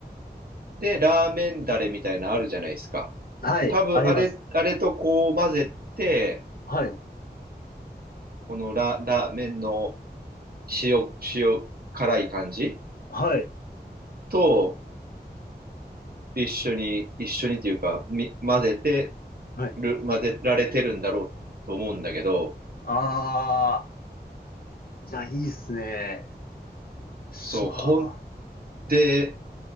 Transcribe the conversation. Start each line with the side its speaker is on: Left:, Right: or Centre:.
Right: で、ラーメンダレみたいなのあるじゃないですか。
Left: はい、
Right: 多分あれ、
Left: あります。
Right: あれとこう混ぜて、
Left: はい、
Right: このラ、ラーメンの塩、塩辛い感じ
Left: はい、
Right: と一緒に、一緒にというか、み、混ぜて
Left: はい。
Right: る、混ぜられてるんだろうと思うんだけど、
Left: あー、いや、いいっすね。しゃ
Right: そう、ほん
Left: ー。
Right: で、